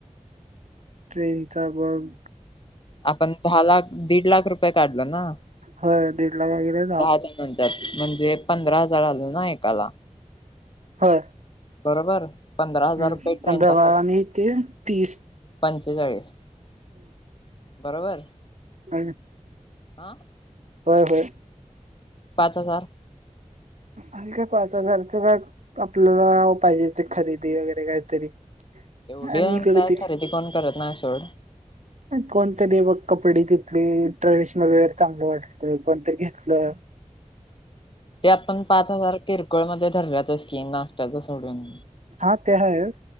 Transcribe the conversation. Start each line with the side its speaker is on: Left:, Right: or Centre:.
Right: ट्रेनचा बग.
Left: आपण दहा लाख दीड लाख रुपया. काढलं ना
Right: होय दीड लाख वगैरे
Left: दहा जणच्याात. म्हणजे पंधरा हजार आल ना एकाला?
Right: होय
Left: बरोबर पंधरा हजार
Right: हम्म
Left: रुपये ट्रेनचा
Right: पंधरा
Left: खर्च
Right: आणि ते तीस
Left: पंचेचाळीस.. बरोबर.
Right: अ.
Left: आं.
Right: होय होय
Left: हजार
Right: आणी काय पाच हजार. का आपल्याला पाहिजे ते खरेदी वगैरे काहीतरी.?
Left: एवढी
Right: आणि इकडे
Left: काय
Right: ते
Left: खरेदी कोण करत नाय सोड.
Right: कोणतरी बघ कपडे तिथली ट्रेडिशनल वेअर चांगलं वाटत कोणतरी घेतलं.? ह.
Left: ते आपण पाच हजार किरकोळमध्ये धरल्याचच की नाशत्याच सोडून.
Right: हा ते आहेच?